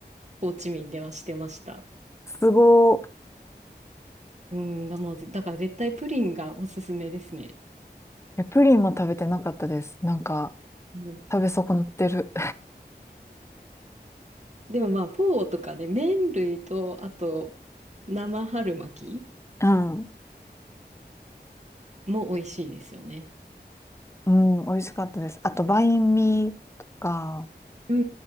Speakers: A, on the right (about 40°); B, on the left (about 15°).
A: ホーチミンではしてました。
B: すご
A: うん、だ、もうぜだから絶対プリンがおすすめですね。
B: い。え、プリンも食べてなかったです。なんか、
A: うん、
B: 食べ損なってる。
A: でもまあ、フォーとかね、麺類と、あと、生春巻き
B: <laughs> うん。
A: も美味しいですよね。
B: うん、美味しかったです。あと、バインミーとか
A: うん